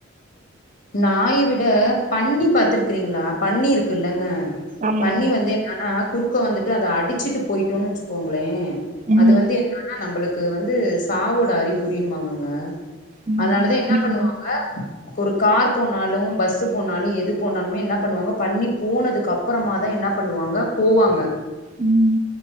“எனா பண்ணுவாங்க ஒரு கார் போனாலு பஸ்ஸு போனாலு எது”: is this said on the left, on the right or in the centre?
Left